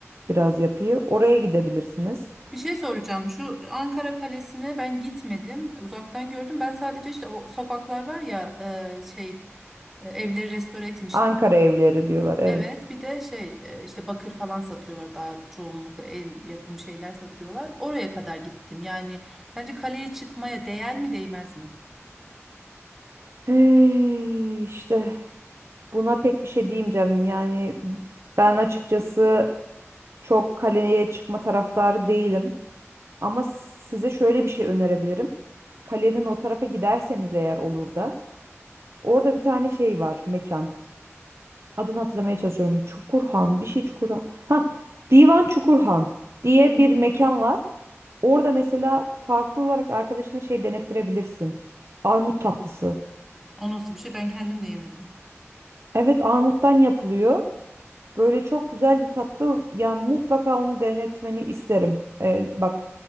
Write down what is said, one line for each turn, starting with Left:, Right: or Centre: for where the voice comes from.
Right: biraz yapıyı. Oraya gidebilirsiniz.
Centre: Bir şey soracağım. Şu Ankara Kalesi'ne ben gitmedim. Uzaktan gördüm. Ben sadece işte o sokaklar var ya, e, şey e, evleri restore etmişler.
Right: Ankara evleri diyorlar evet.
Centre: Evet, bir de şey e, işte bakır falan satıyorlar daha çoğunlukla el yapımı şeyler satıyorlar. Oraya kadar gittim. Yani sence kaleye çıkmaya değer mi değmez mi?
Right: Hey, işte. Buna pek bir şey diyemeyeceğim. Yani ben açıkçası çok kaleye çıkma taraftarı değilim. Ama size şöyle bir şey önerebilirim. Kalenin o tarafa giderseniz eğer olur da. Orada bir tane şey var mekan. Adını hatırlamaya çalışıyorum. Çukurhan bir şey Çukurhan. Ha Divan Çukurhan diye bir mekan var. Orada mesela farklı olarak arkadaşına şey denettirebilirsin. Armut tatlısı.
Centre: O nasıl bir şey? Ben kendim de yemedim.
Right: Evet armuttan yapılıyor. Böyle çok güzel bir tatlı. Ya mutlaka onu denetmeni isterim. Ee, bak